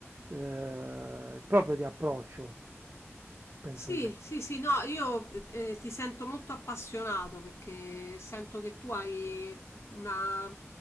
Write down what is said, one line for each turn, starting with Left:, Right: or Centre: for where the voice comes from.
Right: eh, il proprio di approccio, penso
Left: Sì,
Right: io.
Left: sì, sì, no, io eh, eh, ti sento molto appassionato perché sento che tu hai una-